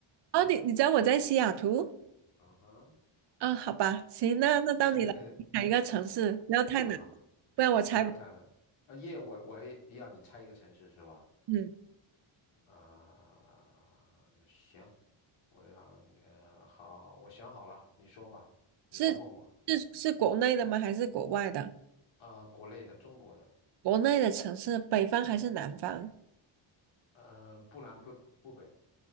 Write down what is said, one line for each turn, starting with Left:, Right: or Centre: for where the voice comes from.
Right: 哦，你你知道我在西雅图？
Left: 嗯哼，
Right: 嗯，好吧，行，那那到你了，
Left: <laughs>
Right: 你想一个城市，不要太难，
Left: 好好，
Right: 不然我猜不
Left: 不要太难。啊，耶，我我也要你猜一个城市是吧？
Right: 嗯，
Left: 啊、行，我让你呃，好，我想好了，你说吧，你来问我。
Right: 是是是国内的吗？还是国外的？
Left: 啊，国内的，中国的，
Right: 国内的城市，北方还是南方？
Left: 呃，不南不不北，